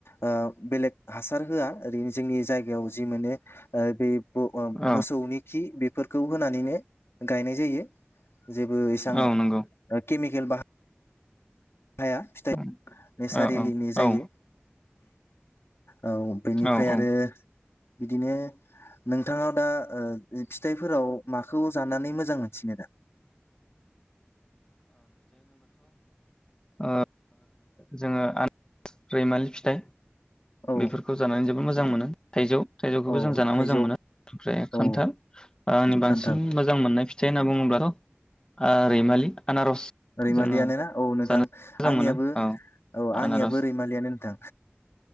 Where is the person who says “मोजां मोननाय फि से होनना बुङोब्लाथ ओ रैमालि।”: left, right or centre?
Left